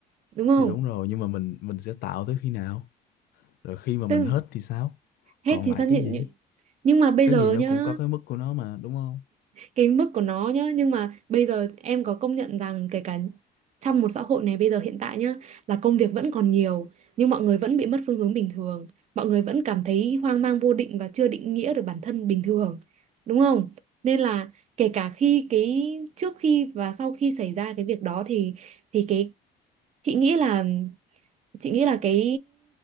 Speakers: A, on the right; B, on the left.
A: đúng không
B: thì đúng rồi nhưng mà mình mình sẽ tạo tới khi nào rồi khi mà mình
A: tức
B: hết thì sao
A: hết
B: còn
A: thì
B: lại
A: sao
B: cái
A: nhận
B: gì
A: nhưng mà bây
B: cái
A: giờ
B: gì nó
A: nhá
B: cũng có cái mức của nó mà đúng không
A: cái mức của nó nhá nhưng mà bây giờ em có công nhận rằng kể cả trong một xã hội này bây giờ hiện tại nhá là công việc vẫn còn nhiều nhưng mọi người vẫn bị mất phương hướng bình thường mọi người vẫn cảm thấy hoang mang vô định và chưa định nghĩa được bản thân bình thường đúng không nên là kể cả khi cái trước khi và sau khi xảy ra cái việc đó thì thì cái chị nghĩ là chị nghĩ là cái